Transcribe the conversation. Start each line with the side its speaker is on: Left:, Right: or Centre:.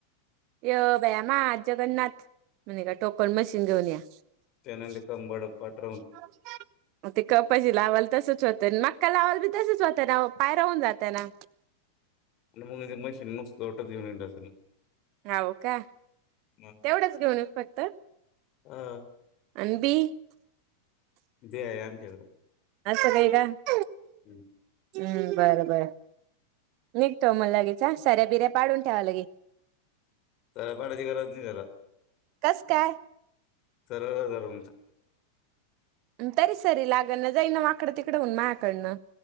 Right: य बाया म जगन्नाथ म्हणे का टोकण मशीन घेऊन या
Left: त्याना कंबाड पाट राहून जातो.
Right: ते कपाजी लावाल तसच होतं ना हका लावाला बी तसेच होत ना पाय राहून जातं ना
Left: आणि मग ते मशीन नुसत लोटच घेऊन येत असं ना
Right: हाव का
Left: मग
Right: तेवढंच घेऊन फक्त
Left: हा
Right: अनबी
Left: <unintelligible>
Right: <unintelligible>
Left: हम
Right: हम्म बरं बर निघतो मग लगीच सऱ्या बिऱ्या पाडून ठेवा लगे
Left: तर पाण्याची गरज नाही तेला.
Right: कस काय
Left: सरळ जाऊ
Right: तरी सरी लागण न जाई ना व कड तिकड होन मा्याकडनं